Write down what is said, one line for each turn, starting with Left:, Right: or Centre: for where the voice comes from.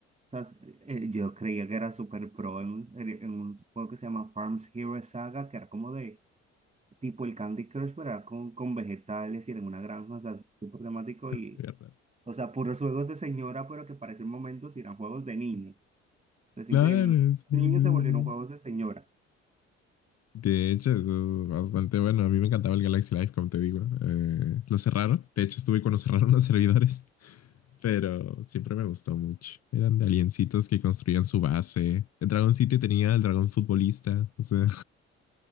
Right: o sea, s- eh, yo creía que era super pro en un, en en un juego que se llama Farms Hero Saga, que era como de tipo el Candy Crush, pero era con, con vegetales y era en una granja, o sea, súper temático y,
Left: Se veía raro.
Right: o sea, puros juegos de señora, pero que para ese momento sí eran juegos de niños. sea, es
Left: Claro,
Right: increíble. Los
Left: sí, sí, sí.
Right: niños se volvieron juegos de señora.
Left: De hecho, eso es bastante bueno. A mí me encantaba el Galaxy Live, como te digo. Eh, lo cerraron. De hecho, estuve cuando <laughs> cerraron los servidores. Pero siempre me gustó mucho. Eran de aliencitos que construían su base. El Dragon City tenía el dragón futbolista. O sea,